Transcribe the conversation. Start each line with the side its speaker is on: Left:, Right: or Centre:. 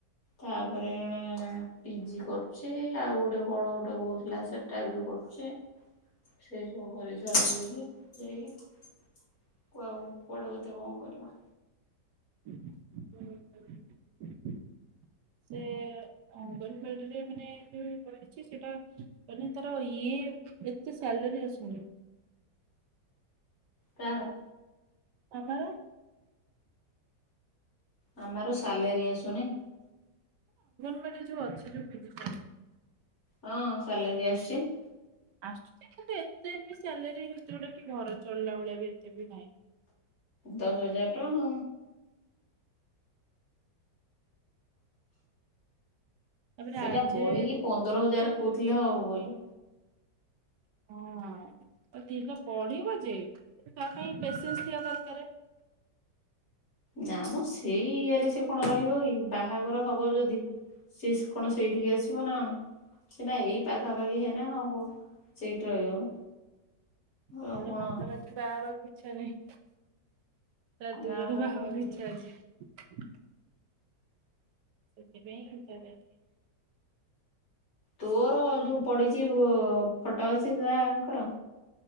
Left: ତାପରେ ଏଣେ ପିଜି କରୁ ସେଇ ଆଉ ଗୋଟେ କଣ ଗୋଟେ କୋହୁଥୁଲା ସେଟା ବି କରୁଚି। ସେଇ ସବୁ ପରୀକ୍ଷା ଓଉଚି ସେଇ। କୁ ଆଉ କୁଆଡ଼ୁ କେତେ କଁ କରିବ?
Right: ଉଁ ହୁଁ ସିଏ ଅଙ୍ଗନବାଡ଼ିରେ ମାନେ ବି କରିଚି ସେଟା ମାନେ ତାର ଇଏ ଏତେ ସାଲ୍ ରୀ ଆସୁନି।
Left: କାହାର?
Right: ମାମାର।
Left: ମାମାର ସାଲେରୀ ଆସୁନେଇ?
Right: ଓ ଏଟା ଯୋଉ ଅଛି ଯୋଉ <unintelligible> ଟାରେ।
Left: ହଁ ସାଲେରୀ ଆସଚି।
Right: ଆସୁଚି ଯେ କିନ୍ତୁ ଏତେ ବି ସ୍ୟାଲେରୀ ହେ ଯୋଉଟା କି ଘର ଚଳିଲା ଭଳିଆ ବି ଏତେ ବି ନାହିଁ।
Left: ଦଶ ହଜାର ଟଙ୍କା।
Right: ତାପରେ
Left: ସେଇଟା
Right: ଆର୍ଜେ
Left: ବଢ଼ିକି ପନ୍ଦର ହଜାର କୋହୁଥୁଲେ ହବ ବୋଲି।
Right: ହଁ। ଆଉ ଦିଟା ବଢ଼ିବ ଯେ ତା ପାଇଁ ପେସେନ୍ସ୍ ଥିବା ଦରକାରେ।
Left: ନାଁ ମ ସେଇ ଇଏରେ ସିଏ କଣ ରହିବ କି ବାହାଘର ହବ ଯଦି ସିଏ ସ୍ କଣ ସେଇଠିକି ଆସିବ ନାଁ କଣ ସିନା ଏଇ ପାଖାପାଖି ହେନେ ହଁ ଓ ସେଇଠି ରହିବ। ଆଉ
Right: ତାର
Left: କଣ
Right: ପାଖା ପାଖି ବାହବାକୁ ଇଚ୍ଛା ନାହିଁ। ଳା ଦୂରରେ
Left: ଗାଁ ପାଖାପାଖି
Right: ବାହବାର ଇଚ୍ଛା ଅଛି। ସେଥିପାଇଁ ତାର ଏତେ
Left: ତୋର ଯୋଉ ପଡ଼ିଚି ବ ଫଟୋ ଅଛି ତାଆଙ୍କର?